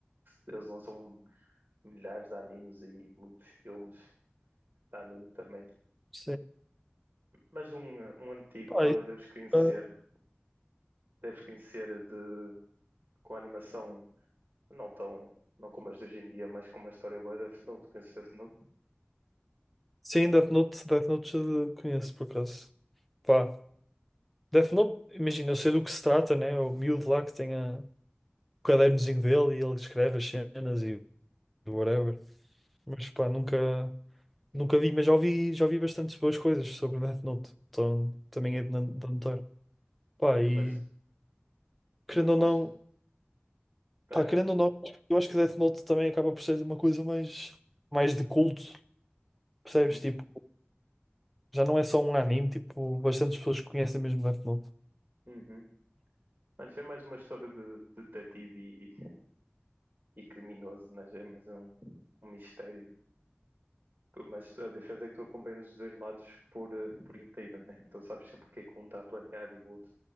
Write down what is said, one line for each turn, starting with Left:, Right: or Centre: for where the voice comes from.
Right: Eles lançam milhares de animes e muitos filmes de anime também.
Centre: Sim.
Right: Mas um, um antigo,
Centre: Pá,
Right: talvez
Centre: e,
Right: deves conhecer,
Centre: ah,
Right: deves conhecer de, com animação não tão, não como as de hoje em dia, mas com uma história boa da Fnut, que se Fnut
Centre: sim, Death Note, Death Note já conheço por acaso. Pá, Death Note, imagina, eu sei do que se trata, né? O miúdo lá que tem a- o cadernozinho dele e ele escreve as cenas e whatever. Mas pá, nunca, nunca vi, mas já ouvi, já ouvi bastantes boas coisas sobre Death Note. Então também é de nan- de anotar. Pá,
Right: é mais
Centre: e
Right: umas,
Centre: querendo
Right: mais
Centre: ou
Right: umas,
Centre: não,
Right: vai,
Centre: pá,
Right: vai,
Centre: querendo
Right: vai.
Centre: ou não, eu acho que Death Note também acaba por ser uma coisa mais, mais de culto, percebes?
Right: Uhum,
Centre: Tipo, já não é só um anime, tipo, bastantes pessoas conhecem mesmo Death Note.
Right: uhum. Mano, é mais uma história de detetive e, e criminoso, né? Já é mais um, um mistério. Mas a diferença é que tu acompanhas os dois lados por, eh, por inteiro, né? Então sabes sempre o que é que um está a planear e o outro